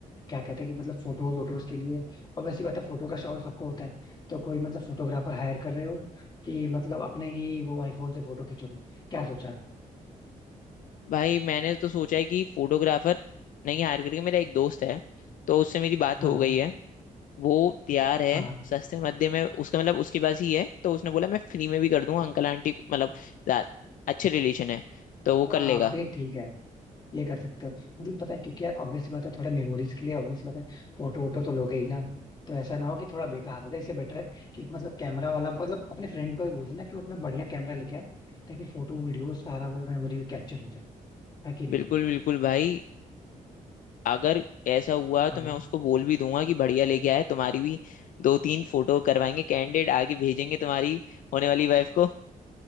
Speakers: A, on the left; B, on the left.
A: क्या कहते हैं कि मतलब फोटोज वोटोज के लिए और वैसी बात है फोटो का शौक सबको होता है तो कोई मतलब फोटोग्राफर हायर कर रहे हो कि मतलब अपने ही वो आईफोन से फोटो खींचोगे क्या सोचा है
B: भाई मैंने तो सोचा है कि फोटोग्राफर नहीं हायर करके मेरा एक दोस्त है तो उससे मेरी बात
A: हाँ
B: हो
A: हाँ
B: गई है वो तैयार है
A: हाँ
B: सस्ते मध्य में उसका मतलब उसके पास ही है तो उसने बोला मैं फ्री में भी कर दूंगा अंकल आंटी मतलब दा- अच्छे रिलेशन है तो वो
A: हाँ
B: कर लेगा
A: फिर ठीक है ये कर सकते हो मतलब पता है क्योंकि यार ऑब्वियस बात है थोड़ा मेमोरीज के लिए ऑब्वियस बात है फोटो वोटो तो लोगे ही ना तो ऐसा ना हो कि थोड़ा बेकार हो जाए इससे बेटर है कि मतलब कैमरा वाला मतलब अपने फ्रेंड को भी बोल देना कि वो अपना बढ़िया कैमरा लेके आए ताकि फोटो वीडियो सारा वो मेमोरी में कैप्चर हो जाए है कि नहीं
B: बिल्कुल
A: भाई
B: बिल्कुल भाई अगर ऐसा हुआ
A: हाँ
B: तो मैं
A: हाँ
B: उसको बोल भी दूंगा कि बढ़िया लेके आए तुम्हारी भी दो तीन फोटो करवाएंगे कैंडिडेट आगे भेजेंगे तुम्हारी होने वाली वाइफ को